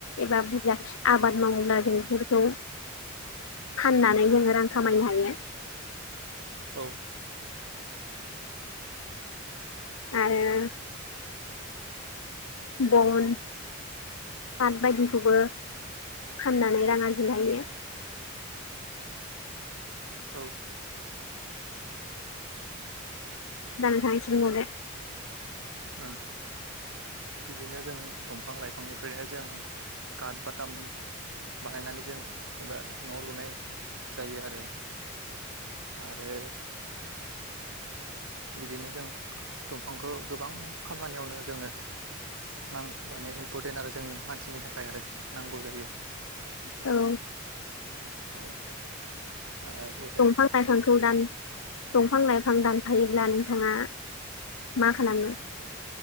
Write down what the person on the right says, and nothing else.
<inaudible>
औ
औ
उम बिदिनो जों दंफां लाइफांनिफ्रायनो जों काथ बाथाम बानायनानै जों एबा न'आव लुनाय जायो आरो आरो बिदिनो जों दंफांखौ गोबां खामानियावनो जोंनो नां माने इम्परटेन्ट आरो जोंनि मानसिनि थाखाय आरो नांगौ जायो
औ आरो